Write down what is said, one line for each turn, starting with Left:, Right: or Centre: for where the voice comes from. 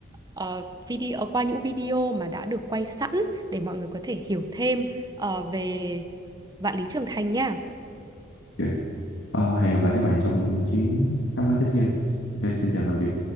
Right: ờ, video qua những video mà đã được quay sẵn để mọi người có thể hiểu thêm ờ, về Vạn Lý Trường Thành nha
Left: Ok. Ờ, hẹn gặp lại các bạn trong những chuyến khám phá tiếp theo. Ok, xin chào tạm biệt.